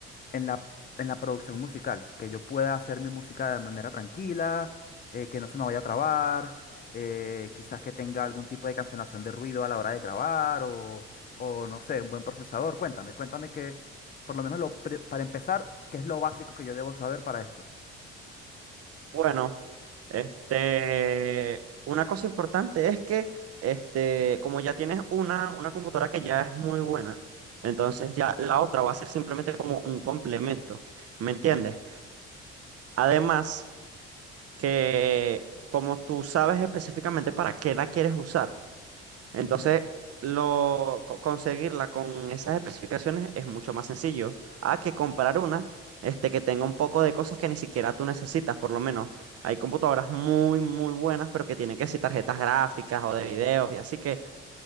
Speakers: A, on the left (about 30°); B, on the right (about 50°).
A: en la, en la producción musical, que yo pueda hacer mi música de manera tranquila, eh, que no se me vaya a trabar, eh, quizás que tenga algún tipo de cancelación de ruido a la hora de grabar o, o no sé, un buen procesador. Cuéntame, cuéntame que, por lo menos lo, pri- para empezar, ¿qué es lo básico que yo debo saber para esto?
B: Bueno, este, una cosa importante es que, este, como ya tienes una, una computadora que ya es muy buena, entonces ya la otra va a ser simplemente como un complemento, ¿me entiendes?
A: Mm,
B: Además, que como tú sabes específicamente para qué la quieres usar, Entonces,
A: ujú,
B: lo, co- conseguirla con esas especificaciones es mucho más sencillo a que comprar una este, que tenga un poco de cosas que ni siquiera tú necesitas, por lo menos. Hay computadoras muy, muy buenas, pero que tienen que ser tarjetas gráficas o de videos y así que,